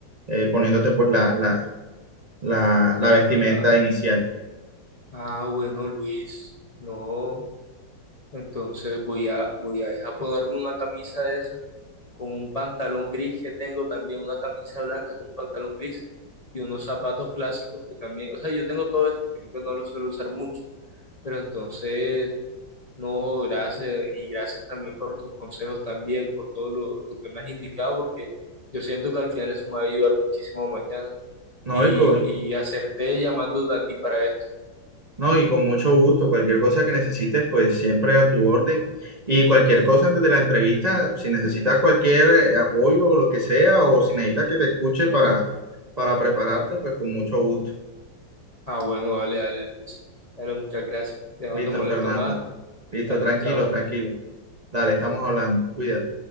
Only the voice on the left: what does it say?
Ah,
ah, bueno, Luis, no. Entonces voy a, voy a dejar ponerme una camisa de esa con un pantalón gris que tengo también, una camisa blanca con un pantalón gris y unos zapatos clásicos que también, o sea, yo tengo todo eso, sino que no lo suelo usar mucho, pero entonces, no, gracias y gracias también por tus consejos también, por todo lo, lo que me has indicado, porque yo siento que al final eso me va a ayudar muchísimo mañana
y,
y acerté llamándote a ti para esto.
Ah, bueno, dale, dale, Luis. Dale, muchas gracias. Ya no
te molesto
más.
Dale,
chao.